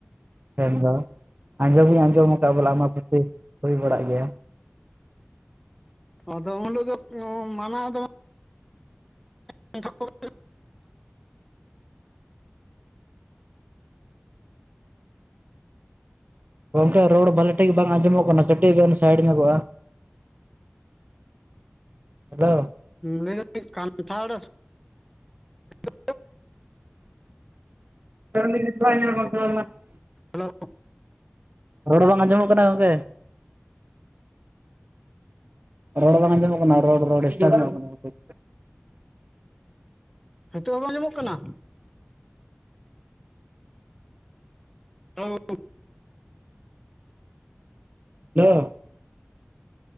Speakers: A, on the right; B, in the centre.
A: ᱥᱮᱱ ᱫᱚ ᱟᱸᱡᱚᱢᱤᱧ ᱟᱸᱡᱚᱢ ᱵᱚᱞᱮ ᱟᱢᱵᱟᱵᱚᱛᱤ ᱦᱩᱭ ᱵᱟᱲᱟᱜ ᱜᱮᱭᱟ
B: ᱟᱫᱚ ᱩᱱᱦᱤᱞᱚᱜ ᱜᱮ ᱢᱟᱱᱟᱣ ᱫᱚ <inaudible>
A: ᱜᱚᱝᱠᱮ ᱨᱚᱲ ᱵᱷᱟᱞᱮ ᱴᱷᱤᱠ ᱵᱟᱝ ᱟᱸᱡᱚᱢᱚᱜ ᱠᱟᱱᱟ ᱠᱟᱹᱴᱤᱡ ᱵᱤᱱ ᱥᱟᱭᱤᱰ ᱧᱚᱜᱚᱜᱼᱟ ᱦᱮᱞᱳ
B: ᱞᱟᱹᱭ ᱫᱟᱹᱧ ᱠᱟᱱᱛᱷᱟᱲ <inaudible>
A: <unintelligible>
B: ᱦᱮᱞᱳ
A: ᱨᱚᱲ ᱵᱟᱝ ᱟᱸᱡᱚᱢᱚᱜ ᱠᱟᱱᱟ ᱜᱚᱝᱠᱮ ᱨᱳᱰ ᱵᱟᱝ ᱟᱡᱚᱢᱚᱜ ᱠᱟᱱᱟ ᱨᱚᱲ ᱨᱚᱲ ᱰᱤᱥᱴᱟᱵ ᱠᱟᱱᱟ ᱠᱟᱹᱴᱤᱡ
B: ᱱᱤᱛᱚᱜ ᱦᱚᱸ ᱵᱟᱝ ᱧᱟᱢᱚᱜ ᱠᱟᱱᱟ? ᱦᱮᱞᱳ
A: <inaudible>